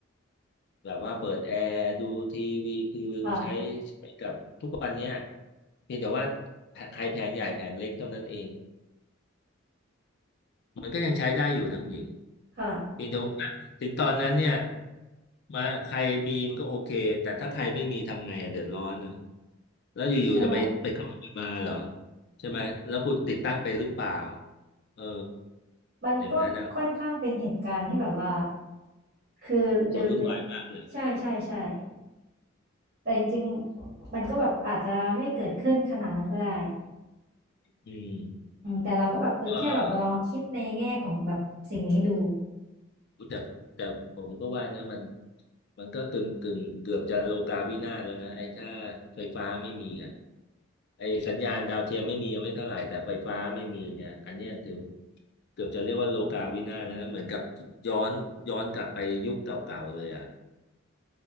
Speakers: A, on the left; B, on the right.
A: แบบว่าเปิดแอร์ดูทีวีคือใช้ใช้กับทุกวันเนี้ย
B: ค่ะ
A: เพียงแต่ว่าแผใครแผงใหญ่แผงเล็กเท่านั้นเอง มันก็ยังใช้ได้อยู่นะคุณหญิง
B: ค่ะ
A: เพียงแต่ว่าถึงตอนนั้นเนี่ยมาใครมีมันก็โอเคแต่ถ้าใครไม่มีทำไงอะเดือดร้อนนะแล้วอยู่ๆจะไปไปขโมยมาเหรอ
B: ใช่
A: ใช่ไหมแล้วคุณติดตั้งไปหรือเปล่าเออ
B: มันก็ค่อนข้างเป็นเหตุการณ์ที่แบบว่า
A: อย่างนั้นอ่ะ
B: คือเร็ว
A: สับสนวุ่นวายมากเลย
B: ๆใช่ใช่ใช่แต่จริงๆมันก็แบบอาจจะไม่เกิดขึ้นขนาดนั้นก็ได้
A: อืม
B: อืม แต่เราก็แบบเออแค่แบบมาลองคิดในแง่ของแบบสิ่งนี้ดู
A: เออ อุ๊ยแต่แต่ผมก็ว่านะมันมันก็กึ่งกึ่งเกือบจะโลกาวินาศแล้วนะไอ้ถ้าไฟฟ้าไม่มีอ่ะไอ้สัญญาณดาวเทียมไม่มียังไม่เท่าไหร่แต่ไฟฟ้าไม่มีเนี่ยอันเนี้ยถือเกือบจะเรียกว่าโลกาวินาศแล้วนะเหมือนกับย้อนย้อนกลับไปยุคเก่าๆเลยอ่ะ